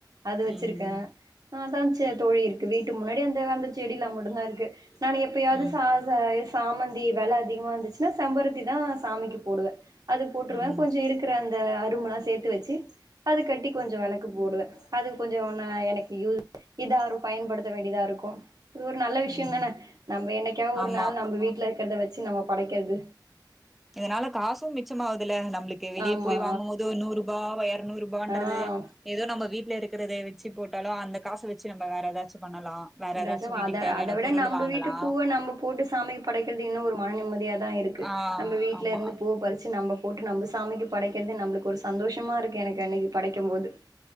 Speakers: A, on the right; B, in the centre.
A: அது வச்சிருக்க
B: ம்
A: அதான் தோழி இருக்கு வீட்டு முன்னாடி அந்த அந்த செடி எல்லா மட்டுந்தா இருக்கு. நான் எப்பயாவது
B: ம்
A: ச சாமந்தி வில அதிகமா இருந்துச்சுன்னா செம்பருத்தி தான் சாமிக்கு போடுவ அது போட்டுருவ
B: ம்
A: கொஞ்சோ இருக்குற அ அருமெல்லா சேத்து வச்சு அதத கட்டி கொஞ்சோ வெளக்கு போடுவ. அது கொஞ்சோ ஒன்னா எனக் இதாரு பயன்படுத்த வேண்டியதா இருக்கும் இது ஒரு நல்ல விஷயோ
B: ம்
A: தானே நம்ப என்னைக்கா ஒரு
B: ஆமா
A: நாள் நம்ப வீட்டுல இருக்கிறத வச்சு நம்ம படைக்கிறது
B: இதனால காசும் மிச்சமாவுதுல நம்மளுக்கு வெளியே
A: ஆமா
B: போய் வாங்கும் போது ஒரு நூறு ரூபா இரநூறுபாண்றது
A: ஆ ஆ
B: ஏதோ நம்ம வீட்டுல இருக்க இருக்கிறத வச்சு போட்டாலு அந்த காசு வச்சு நம்ம வேற ஏதாச்சு பண்ணலா வேற ஏதாச்சு
A: ராஜா வத
B: வீட்டுக்கு தேவையான
A: அத விட
B: பொருள்
A: நம்ப
B: வாங்கலா
A: வீட்டு பூவ நம்ப போட்டு சாக்கு படைக்கறது இன்னு ஒரு மன நிம்மதியா தா இருக்கு
B: ஆ
A: நம்ம வீட்டல
B: ஆமா
A: இருந்து பூ பறிச்சு நம்ப போட்டு நம்ப சாமிக்கு படைக்கிறது நம்மளுக்கு ஒரு சந்தோஷமா இருக்கு எனக்கு அன்னைக்கு படைக்கும்போது